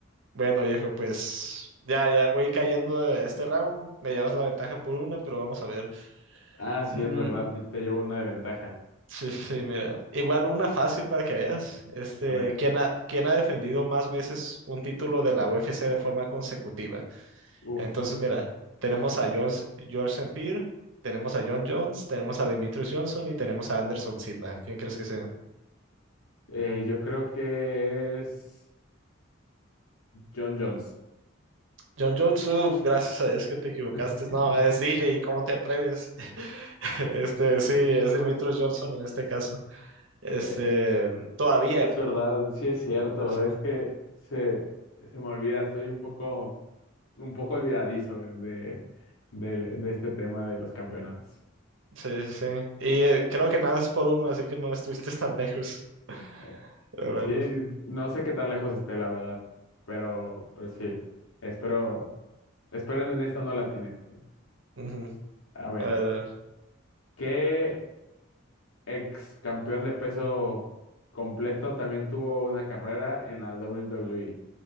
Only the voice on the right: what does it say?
Bueno, viejo, pues ya, ya voy cayendo de este round. Me llevas la ventaja por una, pero vamos a ver.
Mm,
sí, sí, sí, mira. Igual una fácil para que veas. Este,
¿quién ha, quién ha defendido más veces un título de la UFC de forma consecutiva?
Entonces, mira, tenemos a Jones, George St. Pierre, tenemos a John Jones, tenemos a Demetrius Johnson y tenemos a Anderson Silva. ¿Quién crees que sea?
John Jones, uf, gracias a Dios que te equivocaste.
No, es DJ, ¿cómo te atreves? <laughs> Este, sí, es Demetrius Johnson en este caso. Este,
todavía.
o sea,
sí, sí. Y eh, creo que nada es por uno, así que no estuviste tan lejos.
Pero bueno.
ujú.
A ver, a ver.